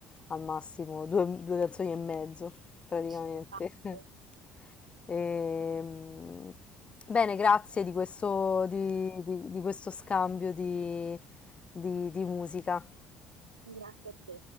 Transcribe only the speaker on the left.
al massimo, due, due canzoni e mezzo praticamente.
<laughs> Ehm, bene, grazie di questo, di- di- di questo scambio di di- di musica.